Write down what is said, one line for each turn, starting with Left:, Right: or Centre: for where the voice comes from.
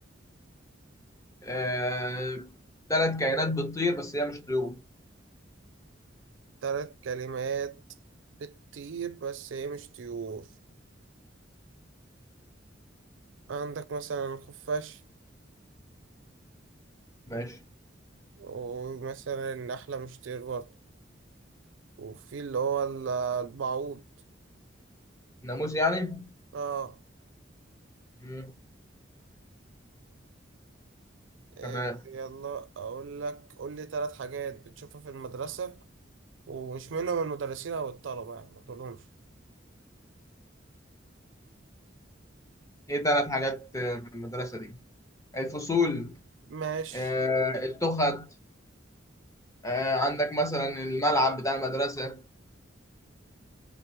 Left: آه ثلاث كائنات بتطير بس هي مش طيور
Right: ثلاث كلمات بتطير بس هي مش طيور عندك مثلا الخفاش
Left: ماشي
Right: ومثلا النحلة مش طير برضه وفي اللي هو ال- البعوض
Left: ناموس يعني
Right: اه
Left: مم.
Right: إيه
Left: تمام
Right: يلا اقول لك قول لي ثلاث حاجات بتشوفها في المدرسة ومش منهم المدرسين او الطلبة يعني ما تقولهمش
Left: ايه ثلاث حاجات آه، في المدرسة دي الفصول
Right: ماشي
Left: آه التخت آه عندك مثلا الملعب بتاع المدرسة